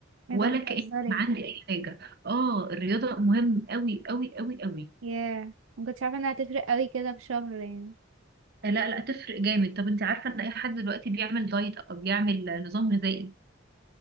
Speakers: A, on the right; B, on the right.
A: ولا
B: ايه ده بتهزري
A: كأن كان عندي اي حاجه اه الرياضه مهم قوي قوي قوي قوي
B: ياه ما كنتش عارفه انها هتفرق قوي كده في شهر يعني
A: آه، لا لا تفرق جامد طب انت عارفه ان اي حد دلوقتي بيعمل دايت او بيعمل نظام غذائي